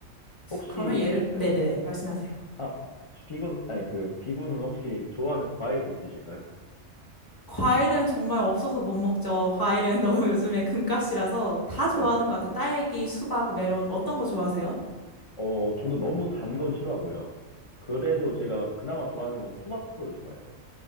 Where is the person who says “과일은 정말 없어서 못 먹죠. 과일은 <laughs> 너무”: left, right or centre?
Left